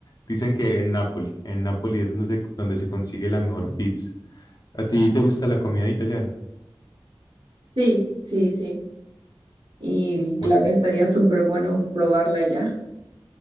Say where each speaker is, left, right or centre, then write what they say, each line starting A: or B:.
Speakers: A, on the left; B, on the right.
A: Dicen que en Nápoli, en Nápoli es donde se, donde se consigue la mejor pizza. ¿A ti te gusta la comida italiana?
B: sí, sí, sí. Y claro,
A: Bueno,
B: estaría súper bueno probarla ya.